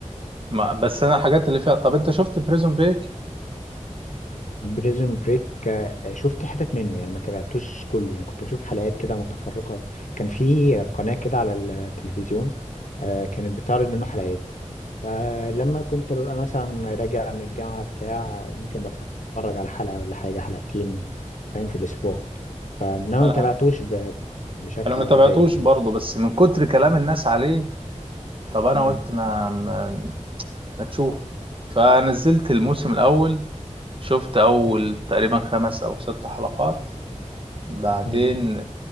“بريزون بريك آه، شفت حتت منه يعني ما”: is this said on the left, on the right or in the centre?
Left